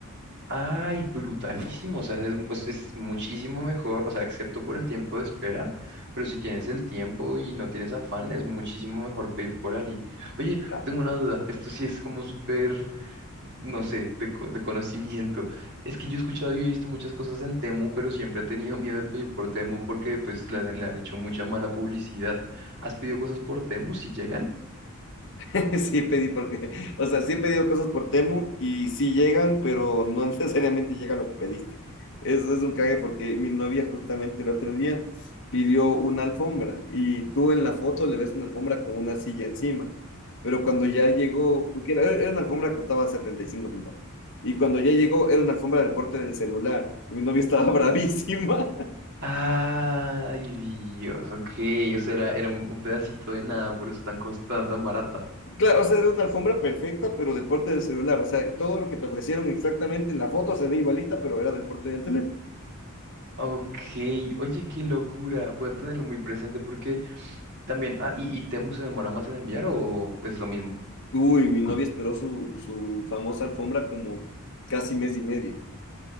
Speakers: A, on the right; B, on the left.
A: Ay, brutalísimo. O sea, es, es- es muchísimo mejor. O sea, excepto por el tiempo de espera. Pero si tienes el tiempo y no tienes afán, es muchísimo mejor pedir por Ali. Oye,
B: Claro.
A: tengo una duda. Esto sí es como súper, no sé, de, co- de conocimiento. Es que yo he escuchado y he visto muchas cosas en Temu, pero siempre he tenido miedo de pedir por Temu porque pues le, han le han hecho mucha mala publicidad. ¿Has pedido cosas por Temu si llegan?
B: <laughs> sí pedí porque, o sea, sí he pedido cosas por Temu y sí llegan, pero no <laughs> necesariamente llega lo que pediste. Eso es un cague porque mi novia justamente el otro día pidió una alfombra y tú en la foto le ves una alfombra con una silla encima, pero cuando ya llegó, porque era, era una alfombra que costaba 75 centavos, y cuando ya llegó era una alfombra del porte del celular. Y mi novia estaba <laughs> bravísima
A: Ay, Dios, ok, o sea, era, era un, un pedacito de nada, por eso tan costada, tan barata.
B: Claro, o sea, era una alfombra perfecta, pero del porte del celular. O sea, todo lo que te ofrecieron exactamente en la foto se ve igualita, pero era del porte del teléfono.
A: Ok, oye, qué locura, voy a tenerlo muy presente porque también, ah, ¿y, y Temu se demora más en enviar o es lo mismo?
B: Uy, mi novia esperó su, su famosa alfombra como casi mes y medio.